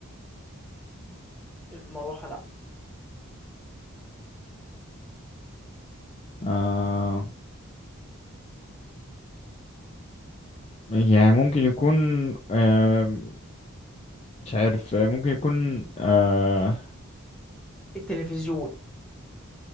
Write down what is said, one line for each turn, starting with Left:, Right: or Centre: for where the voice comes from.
Centre: المروحه لا
Left: آه يعني ممكن يكون آه مش عارف آه، ممكن يكون آه
Centre: التلفزيون